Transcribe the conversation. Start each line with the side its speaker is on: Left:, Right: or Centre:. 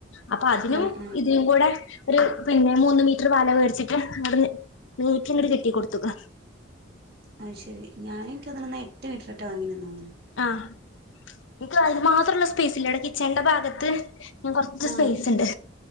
Left: അപ്പൊ അതിനും
Right: ആഹ് ആഹ്
Left: ഇതിനും കൂടെ ഒരു പിന്നെ മൂന്ന് മീറ്റർ വല മേട്ച്ചിട്ട് അ <unintelligible> <unintelligible> കെട്ടി കൊട്ത്തക്ക
Right: അത് ശെരി ഞാനേക്കെങ്ങാൽ എട്ട് മീറ്ററ് എറ്റെ വാങ്ങിന്നാ തോന്നണേ
Left: ആഹ് ഇൻക്ക് അത് <unintelligible> സ്പേസ് ഇല്ല ഇടെ കിച്ചണ്ന്റെ ഭാഗത്ത് കൊർച്ച്
Right: ആഹ്
Left: സ്പേസ് ഇണ്ട്.